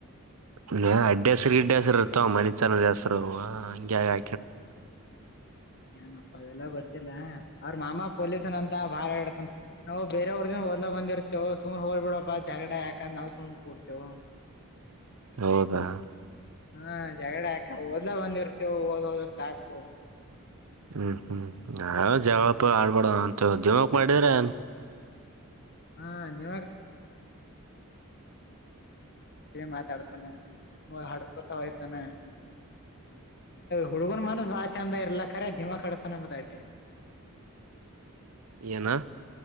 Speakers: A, on the right (about 80°); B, on the left (about 50°).
A: ಇ ಅಡ್ಡೆ ಹೆಸ್ರರಿಗೆಡ್ ಹೆಸ್ರು ಇತವ ಮನಿ ಚಂದ ದ ಹೆಸರು ಹ ಆವ
B: ಏನ್ಪ ಎಲ್ಲ ಗೋ ಗೊತ್ತಿಲ್ಲ ಅವ್ರ ಮಾಮಾ ಪೊಲೀಸನ್ ಅಂತ ಬಾಡತನ್ ನಾ ಬೇರೆವಊದನ್ ಹಓದ್ ಬಂದಿರ್ತೇವೆ ಸುಮನೆ ಹದ್ ಬಿಡಪ್ಪ ಜಗಡ ಯಾಕಂದ್ ನಾವು ಸುಮ್ ಕೂಡ್ತೇವು
A: ಹೌದಾ
B: ಹಾ ಜಗಡ ಯಾಕ ಓದ್ಲ ಬಂದಿರ್ತೇವು ಓದ್ ಹೋದ ಸಾಕು
A: ಹ್ಮ್ ಹ್ಮ್ ನಾ ಜಗಳ ಪಾಗ್ಲ ಆಡ್ಬಡ ಅಂತ ಜ್ಯೋಕ್ ಮಾಡಿದ್ರ
B: <unintelligible> ಮಾತಾಡ್ತಾನ ಹಡ್ಸ್ಕೊತ ಹೋಯ್ತಾನ ಹುಡ್ಗನ್ ಮನಸ ಬಾಳ ಚಂದ ಇರ್ಲ ಖರೆ ಧಿಮಾ ಕಡಸೋಣಂಬುದಟೆ
A: ಏನಾ